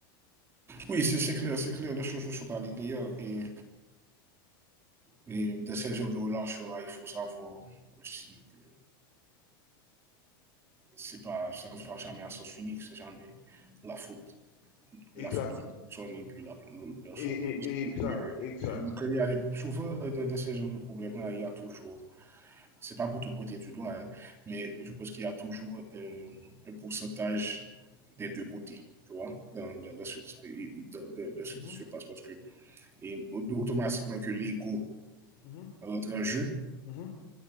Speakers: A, on the right (about 20°); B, on the left (about 55°).
A: oui, c'est, c'est clair, c'est clair, les choses ne sont pas linéaires. Et, et dans ces jeux de relation-là, il faut savoir aussi que c'est pas, ça ne va jamais à sens unique, c'est jamais la faute
B: Exact.
A: la faute d'une personne et puis la, la personne.
B: Et, et- et exact,
A: Il y a-
B: exact.
A: Quand des- souvent dans dans ces genres de problèmes-là, il y a toujours c'est pas pour te pointer du doigt, hein, mais je pense qu'il y a toujours euh, un pourcentage des deux côtés, tu vois, dans, dans- dans ce, qui, dans- dans- dans ce
B: Mhm,
A: qui se passe. Parce que et, automatiquement que l'ego
B: mhm,
A: rentre en jeu,
B: mhm,